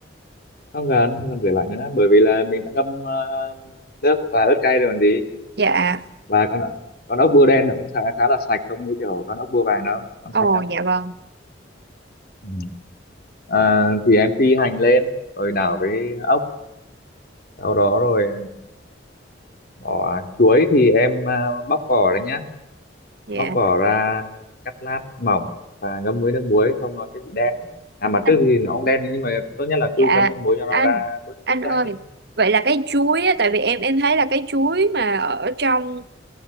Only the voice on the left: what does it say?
không cần không cần rửa lại nữa bởi vì là mình đã ngâm ờ, nước và ớt cay rồi còn gì
và con con ốc bươu đen nó cũng khá khá là sạch không như kiểu con ốc bươu vàng đâu ăn
sạch lắm
ừ. à, thì em phi hành lên rồi đảo với ốc sau đó rồi bỏ chuối thì em à, bóc vỏ đấy nhá
bóc vỏ ra cắt lát mỏng và ngâm với nước muối không nó sẽ bị đen đấy à mà
trước thì nó cũng đen nhưng mà tốt nhất là cứ
ngâm nước muối cho nó
ra bớt
chất
cát đi